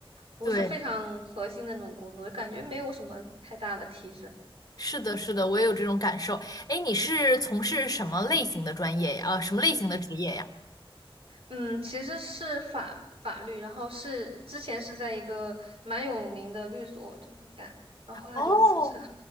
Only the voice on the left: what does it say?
对，
是的，是的，我也有这种感受。哎，你是从事什么类型的专业呀？呃，什么类型的职业呀？
哦，